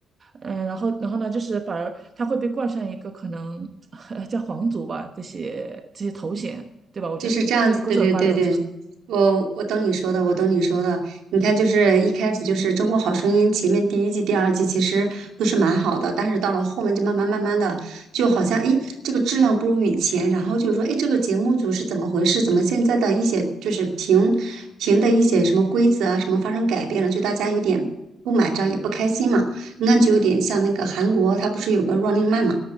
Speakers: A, on the right; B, on the right.
A: 嗯，然后，然后呢，就是反而他会被冠上一个可能 <laughs> 叫皇族吧，这些这些头衔，对吧？我觉得对这个歌手发展其实，
B: 就是这样子，对对对对，我我懂你说的，我懂你说的。你看，就是一开始就是《中国好声音》前面第一季、第二季其实都是蛮好的，但是到了后面就慢慢慢慢的，就好像诶这个质量不如以前，然后就是说诶这个节目组是怎么回事？怎么现在的一些就是评评的一些什么规则啊什么发生改变了？就大家有点不买账也不开心嘛，那就有点像那个韩国，它不是有个 Running Man 嘛？